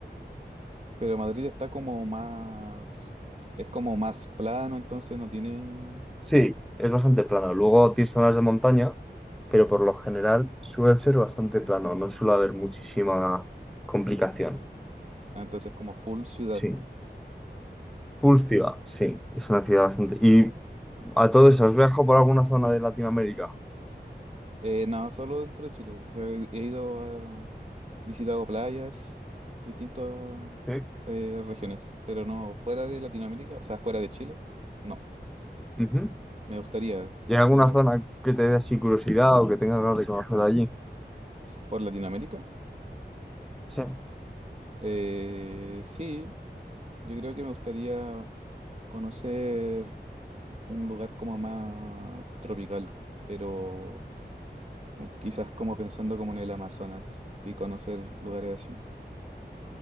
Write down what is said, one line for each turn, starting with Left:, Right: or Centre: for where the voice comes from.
Right: Pero Madrid está como más, es como más plano, entonces no tiene,
Centre: Sí, es bastante plano. Luego tienes zonas de montaña, pero por lo general suele ser bastante plano, no suele haber muchísima complicación.
Right: ah, entonces es como full ciudad.
Centre: Sí. Full ciudad, sí, es una ciudad bastante. Y A todo eso, ¿has viajado por alguna zona de Latinoamérica?
Right: Eh, no, solo dentro de Chile. O sea, he he ido a, visitado playas, distintas
Centre: Sí,
Right: eh, regiones, pero no fuera de Latinoamérica, o sea, fuera de Chile, no.
Centre: Ujú.
Right: Me gustaría,
Centre: ¿Y hay alguna
Right: pero
Centre: zona que te dé así curiosidad o que tengas ganas de conocer de allí?
Right: por Latinoamérica,
Centre: sí.
Right: eh, sí, yo creo que me gustaría conocer un lugar como más tropical, pero Quizás como pensando como en el Amazonas, sí, conocer lugares así.